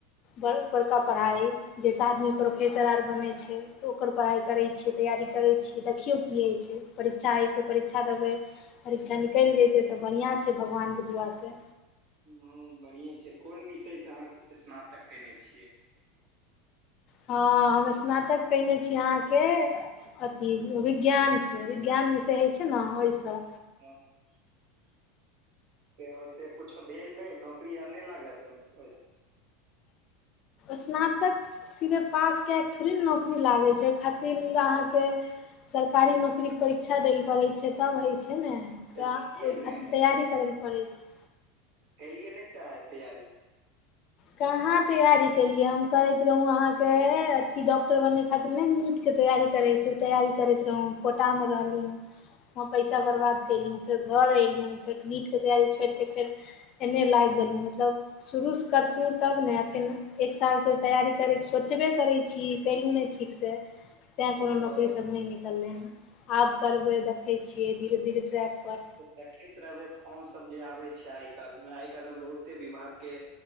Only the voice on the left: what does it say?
बड़ उपरका पढ़ाइ जाहिसँ आदमी प्रोफेसर आर बनैत छै तऽ ओकर पढ़ाइ करैत छियै तैयारी करैत छियै देखियौ की होइ छै परीक्षा एतै परीक्षा देबै परीक्षा निकलि जेतै तऽ बढ़िआँ छै भगवानकेँ दुआ से
हँ हम स्नातक केने छी अहाँके अथी विज्ञान स विज्ञान विषय होइत छै ने ओहिसँ
स्नातक सीधे पास कए कऽ थोड़े ने नौकरी लागै छै ओहि खातिर अहाँके सरकारी नौकरी के परीक्षा दै पड़ै छै तब होइ छै ने तऽ
ओइ खातिर
तैयारी करै लए पड़ै छै
कहाँ तैयारी केलियै हम करैत रहौं अहाँके अथी डॉक्टर बनै खातिर नहि नीट के तैयारी करै छी तैयारी करैत रहौ कोटा म रहलहुँ व पैसा बर्बाद केलहुँ फेर घर एलहुँ फेर नीट के तैयारी छोड़ के फेर एने लागि गेलहु मतलब शुरू से करतहु तब ने एखन एक सालसँ तैयारी करयके सोचबे करै छी कलहुँ नहि ठीक स तैं कोनो नौकरी
सब नहि निकललै हँ आब करबै देखै छियै धीरे धीरे ट्रैक पर